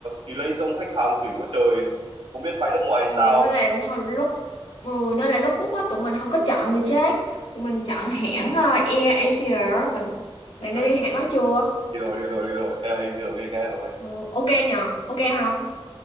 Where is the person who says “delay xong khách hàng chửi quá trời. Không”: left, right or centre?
Right